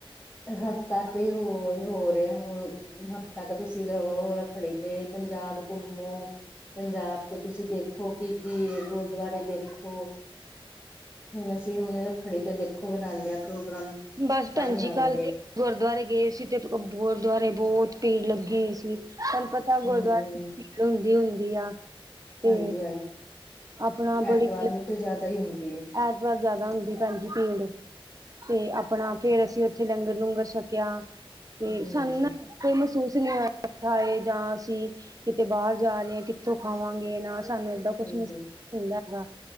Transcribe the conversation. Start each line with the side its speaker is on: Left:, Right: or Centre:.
Left: ਹਫ਼ਤਾ ਤੇ ਹੋਰ ਹੋ ਰਿਹਾ ਹੋਰ। ਹਫ਼ਤਾਂ ਤੱਕ ਤੁਸੀਂ ਰਵੋ ਰੱਖੜੀ ਤੇ ਪੰਜਾਬ ਘੁੰਮੋ। ਪੰਜਾਬ ਚ ਤੁਸੀਂ ਦੇਖੋ ਕੀ ਕੀ ਗੁਰਦੁਆਰੇ ਦੇਖੋ। ਹੁਣ ਅਸੀਂ ਹੁਣ ਰੱਖੜੀ ਤੇ ਦੇਖੋ ਬਣਾਦੇ ਆ ਪ੍ਰੋਗਰਾਮ
Right: ਬਸ
Left: ਤਾਂ
Right: ਭੈਣ
Left: ਹੀ
Right: ਜੀ ਕੱਲ
Left: ਆਵਾਂਗੇ।
Right: ਤੇ ਗੁਰਦੁਆਰੇ ਗਏ ਸੀ ਤੇ ਗੁਰਦੁਆਰੇ ਬਹੁਤ ਭੀੜ ਲੱਗੀ ਹੋਈ ਸੀ ਸੰਪਤੀ। ਗੁਰਦੁਆਰੇ
Left: ਹਾਂਜੀ ਹਾਂਜੀ
Right: ਭੀੜ ਹੁੰਦੀ ਹੁੰਦੀ ਆ ਤੇ
Left: ਹਾਂਜੀ
Right: ਆਪਣਾ ਬੜੀ
Left: ਐਤਵਾਰ ਨੂੰ ਤੇ ਜ਼ਿਆਦਾ ਹੀ ਹੁੰਦੀ ਐ।
Right: ਐਤਵਾਰ ਜਿਆਦਾ ਹੁੰਦੀ ਭੈਣਜੀ ਭੀੜ ਤੇ ਆਪਣਾ ਫੇਰ ਅਸੀਂ ਉੱਥੇ ਲੰਗਰ ਲੂੰਗਰ ਛਕਿਆ ਤੇ
Left: ਹਾਂਜੀ
Right: ਸਾਨੂੰ ਨਾ। ਕੋਈ ਮਹਿਸੂਸ ਨਹੀਂ ਹੋ ਹੈ ਜਾਂ ਅਸੀਂ ਕਿਤੇ ਬਾਹਰ ਜਾ ਰਹੇ ਹਾਂ ਕਿੱਥੋਂ ਖਾਵਾਂਗੇ ਇਹਨਾਂ ਸਾਨੂੰ ਏਦਾਂ ਕੁਛ
Left: ਹਾਂਜੀ
Right: ਮਿਲਦਾ ਹੈਗਾ